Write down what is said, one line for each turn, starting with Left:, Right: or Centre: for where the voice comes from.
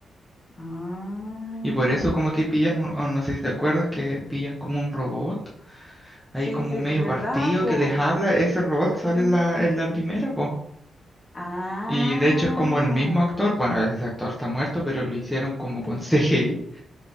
Left: Ah,
Centre: Y por eso como
Left: ya.
Centre: que pillan, un, o no sé si te acuerdas, que pillan como un robot, ahí
Left: Sí,
Centre: como
Left: sí,
Centre: medio
Left: ¿verdad,
Centre: partido
Left: po?
Centre: que les habla, ese robot sale
Left: Sí,
Centre: en la, en la primera, pues.
Left: Ah,
Centre: Y de hecho es como el mismo actor, bueno, ese actor está muerto, pero lo hicieron como con
Left: cl-
Centre: <laughs> CGI,